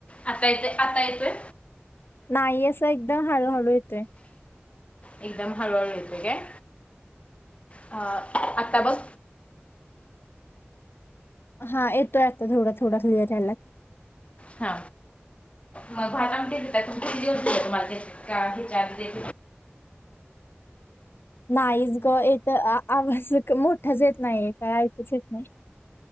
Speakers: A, on the left (about 30°); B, on the left (about 60°).
A: आता येतोय आता येतोय?
B: नाही असं एकदम हळूहळू येतोय.
A: एकदम हळूहळू येतोय काय, अ आता बघ?
B: हा येतोय आता थोडा थोडा क्लिअर यालाय.
A: हा! मग भात आमटी देतात किती दिवस देतात तुम्हाला त्या ह्यांच्या मध्ये
B: नाहीच ग येत आवाज मोठाच येत नाही काय ऐकूच येत नाही.